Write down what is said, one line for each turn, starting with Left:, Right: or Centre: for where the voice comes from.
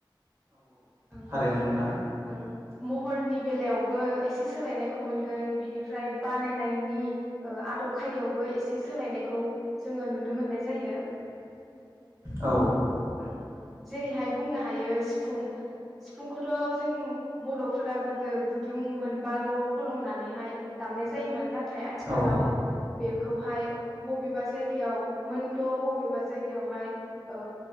Centre: औ
Right: थारैनो नोंथां
Centre: ओं महरनि बेलायाव बो एसे सोलायनायखौ मोनगोन बिनिफ्राय बानायनायनि ओ आदब खायदायावबो एसे सोलायनायखौ जोङो नुनो मोननाय जायो
Right: औ
Centre: ओं जेरैहाय बुंनो हायो। सिफुं सिफुंखौथ' जों बर'फोरा गोदो गुदुं मोनबाल' फलंनानैहाय दामनाय जायोमोन नाथाय आथिखालाव
Right: औ
Centre: बेखौहाय बबेबा जाय गायाव मोनद' बबेबा जायगायावहाय ओ